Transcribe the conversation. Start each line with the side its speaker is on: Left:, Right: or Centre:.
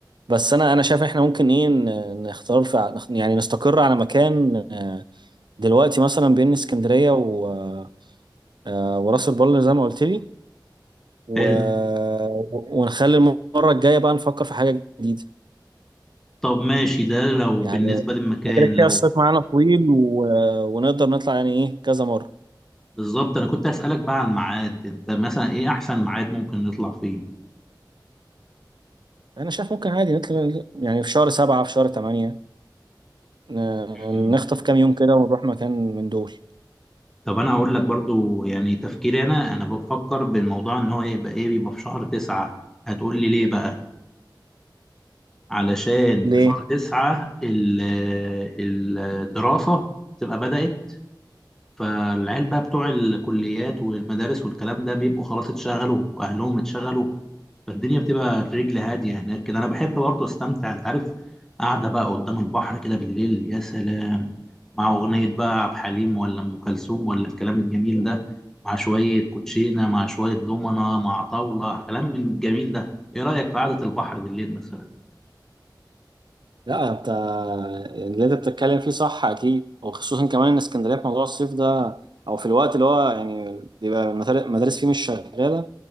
Right: بس انا انا شايف احنا ممكن ايه ن- نختار في ع- نخ- يعني نستقر على مكان آه، دلوقتي مثلا بين اسكندريه و- آه، وراس البر زي ما قلت لي و...
Centre: حلو
Right: ونخلي المره الجايه بقى نفكر في حاجه جديده
Centre: طب ماشي ده لو
Right: يعني
Centre: بالنسبة للمكان
Right: احنا كده
Centre: لو
Right: كده الصيف معانا طويل و... ونقدر نطلع يعني ايه كذا مره
Centre: بالظبط انا كنت اسالك بقى على الميعاد انت مثلا ايه احسن ميعاد ممكن نطلع فيه
Right: انا شايف ممكن عادي نطلع يعني في شهر سبعة في شهر تمانية ن-
Centre: مم.
Right: نخطف كام يوم كده ونروح مكان من دول
Centre: طب انا هقول لك برضو يعني تفكيري انا انا بفكر بالموضوع ان هو يبقى ايه يبقى في شهر تسعة هتقول لي ليه بقى علشان
Right: ليه؟
Centre: في شهر تسعة ال- الدراسة تبقى بدأت فالعيال بقى بتوع الكليات والمدارس والكلام ده بيبقوا خلاص اتشغلوا واهلهم اتشغلوا فالدنيا بتبقى الرجل هاديه هناك كده انا بحب برضه استمتع انت عارف قاعده بقى قدام البحر كده بالليل يا سلام مع اغنيه بقى عبد الحليم ولا ام كلثوم ولا الكلام الجميل ده مع شويه كوتشينه مع شويه دومنه مع طاوله كلام من الجميل ده ايه رايك في قعده البحر بالليل مثلا
Right: لا انت اللي انت بتتكلم فيه صح اكيد وخصوصا كمان ان اسكندريه في موضوع الصيف ده او في الوقت اللي هو يعني بيبقى المدار- المدارس فيه مش شغاله